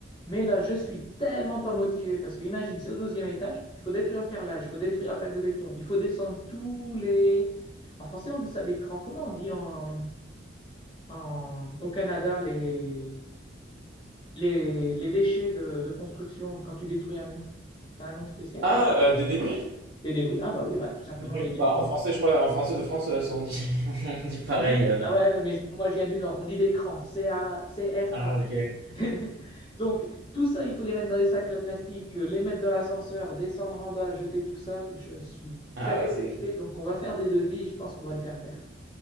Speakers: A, on the left (about 25°); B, on the right (about 80°).
A: Mais là, je suis tellement pas motivé parce que imagine, c'est au 12 étage, il faut détruire le carrelage, il faut détruire la plaque de béton, il faut descendre tous les... En français, on dit ça des crans. Comment on dit en, en- au Canada les, les, les déchets de, de construction quand tu détruis un mur? C'est un nom spécial?
B: Ah, euh, des débris?
A: Des débris. Ah bah oui, bah tout simplement
B: Des débris.
A: les débris.
B: Bah, en français, je crois, en français de France, euh, ça, on dit, <laughs> on dit pareil.
A: On dit,
B: euh, dans-
A: ah ouais, non, mais je- moi je viens du Nord, on dit des crans, C-A, r
B: Ah,
A: a
B: ok.
A: <laughs> Donc, tout ça, il faut les mettre dans des sacs à plastique, euh, les mettre dans l'ascenseur, descendre en bas, jeter tout ça. Je suis
B: Ah
A: très peu
B: ouais, c'est
A: motivé, donc on va faire des devis et je pense qu'on va le faire faire.